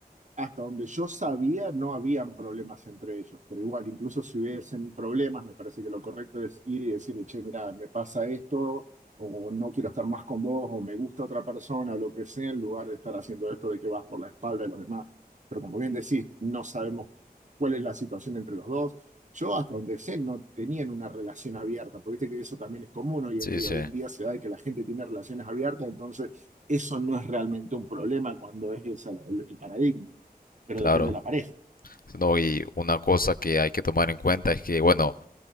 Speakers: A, on the right; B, on the left.
A: hasta donde yo sabía, no habían problemas entre ellos, pero igual, incluso si hubiesen problemas, me parece que lo correcto es ir y decirle, che, mira, me pasa esto, o no quiero estar más con vos, o me gusta otra persona, o lo que sea, en lugar de estar haciendo esto de que vas por la espalda de los demás. Pero como bien decís, no sabemos cuál es la situación entre los dos. Yo hasta donde sé no tenían una relación abierta, porque viste que eso también es común hoy
B: sí,
A: en día.
B: sí,
A: Hoy en día se da de que la gente tiene relaciones abiertas, entonces eso no es realmente un problema cuando es ese el el paradigma pero
B: claro.
A: depende de la pareja.
B: No, y una cosa que hay que tomar en cuenta es que, bueno,